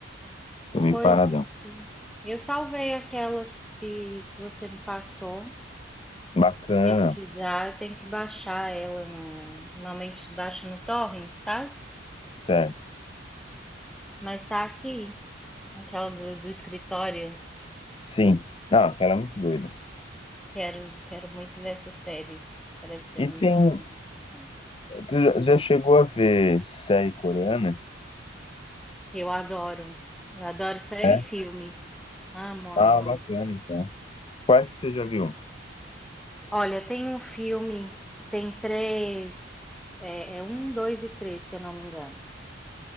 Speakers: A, on the left (about 25°); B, in the centre.
A: Tô meio
B: pois
A: paradão.
B: eu salvei aquela que, que, que você me passou
A: Bacana,
B: para pesquisar. Eu tenho que baixar ela no, normalmente baixo no torrent, sabe?
A: certo.
B: Mas tá aqui, aquela do, do escritório.
A: Sim. Não, cara, é muito doida.
B: Quero, quero muito ver essa série. Parece ser muito.
A: E tem.
B: nice.
A: Tu já já chegou a ver série coreana?
B: Eu adoro. Eu adoro série
A: É?
B: e filmes. Amo, amo,
A: Ah,
B: amo.
A: bacana, então. Quais que você já viu?
B: Olha, tem um filme que tem três. É, é um, dois e três, se eu não me engano.